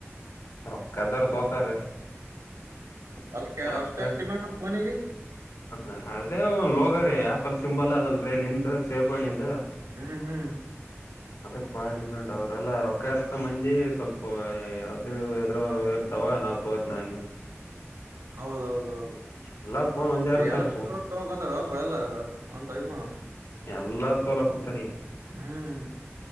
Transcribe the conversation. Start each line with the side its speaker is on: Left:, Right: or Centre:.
Left: ಅಕ್ಕದಾರ <unintelligible> ತೋತಾರೀ
Right: ಅದಕ್ಕೆ
Left: ರೊಕ್ಕ
Right: ಅಷ್ಟ ಆ ಡಿಮ್ಯಾ ಬನಿಗೆ
Left: ಹ ಅದೇ ಲೋಗ ರೀ ಆಪಲ್ ಸಿಂಬಲ್ ಅದಲ್ರಿಲ್ಲಿಂದ ಸೇಬಣಿಿಂದ
Right: ಹ್ಮ್ ಹ್ಮ್
Left: ಅದಕ್ ಬಾಳ ಡಿಮ್ಯಾಂಡ್ ಅವ್ರ ಎಲ್ಲ ರೊಕ್ಕರ್ತ ಮಂದಿ ಸ್ವಲ್ಪ ಅದ್ರ ಎ್ರ ತವಾ ನಾವವು ತೋತನಂಗೆ ಅಂತ
Right: ಹೌದೌದ ಹೌದು
Left: ಎಲ್ಲಾ ಫೋನ್ ಒಂದೇ ಇರ್ತಾರ
Right: ಎಲ್ಲಕತಾರಪ್ಪ
Left: ಸುಮ್ಮ
Right: ಎಲ್ಲ ಅಂತ ಅಯಪಣ <unintelligible>
Left: ಎಲ್ಲಾರ ತೋಲಾ ಕುೂಂತಾರಿೀ
Right: ಹ್ಮ್